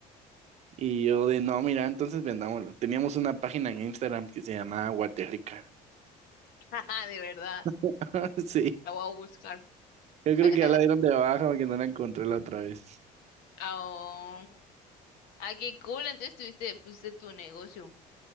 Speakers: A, on the right; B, on the left.
A: Y yo de, no, mira, entonces vendámoslo. Teníamos una página en Instagram que se llamaba Guaterrica.
B: <laughs> de verdad.
A: <laughs> Sí,
B: La voy a buscar.
A: yo creo
B: <laughs>
A: que ya la dieron de baja porque no la encontré la otra vez.
B: Ah, ah, qué cool. Entonces tuviste, pusiste tu negocio.